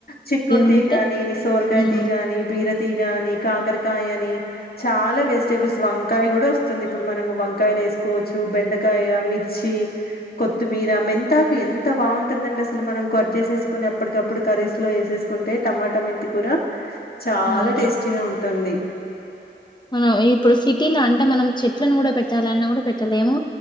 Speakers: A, on the left; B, on the left.
A: చిక్కుడు తీగానీ
B: ఉంటే
A: సోరకాయ
B: ఉమ్
A: తీ గాని బీరతి గానీ కాకరకాయ అని చాలా వెజిటేబుల్స్ వంకాయ కూడా వస్తుంది ఇప్పుడు మనం వంకాయలు వేసుకోవచ్చు బెండకాయ మిర్చి కొత్తిమీర మెంతాకు ఎంత బాగుంటుందండి అసలు మనం కొరజ చేసేసు కొని ఎప్పటికప్పుడు కరీస్ లో ఎసెస్ తీకుంటే టమాటా మెంతి కూడా చాలా
B: హ్మ్.
A: టేస్టీగా ఉంటుంది
B: హ్మ్ ఇప్పుడు సిటీలో అంటే మనం చెట్లను కూడా పెట్టాలన్నా కూడా పెట్టలేము